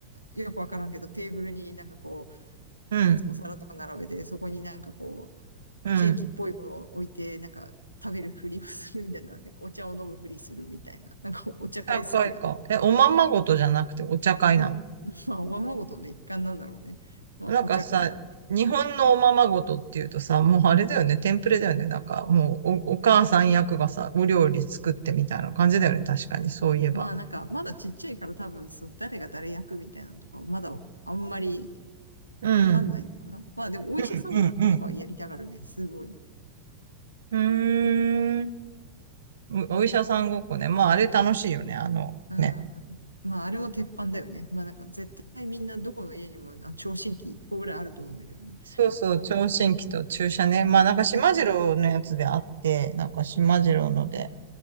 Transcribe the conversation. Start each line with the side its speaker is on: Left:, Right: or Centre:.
Left: よくわからんけど、テーブルになんかこ
Right: うん。
Left: う、なんつうのお皿とか並べて、そこになんかこ
Right: うん。
Left: う、ケーキっぽいものを置いて、なんか、食べるふりをするみたいな、でお茶を飲むふりするみたいな、なんかお茶会好きだね。
Right: 高いか。え、おままごとじゃなくてお茶会なの。
Left: うん。まあ、おままごとの一環なんだろうね。まあ、
Right: なんかさ、
Left: お茶会。
Right: 日本のおままごとっていうとさ、もうあれだよね、テンプレだよね。なんかもうお、お母さん役がさ、お料理作ってみたいな感じだよね。確かに、そういえば。
Left: まあなんか、まだちっちゃいから多分、そう、誰が誰役みたいなのとか、まだあんまり
Right: うん。
Left: わかんないのかな。まあでも、お医者さんごっことかはやりたがるね、
Right: うんうん
Left: すごい。
Right: うん。うーん。お、お医者さんごっこね。まあ、あれ楽しいよね。あの、
Left: うん。
Right: ね。
Left: まあ、あれも鉄板だよね。まあなんか、絶対みんなどこの家にも、あ、聴診器1個ぐらいあると思うんだけどね。
Right: そうそう、聴診器と注射ね。まあ、なんか、島次郎のやつであって、
Left: うん。
Right: なんか、島次郎ので、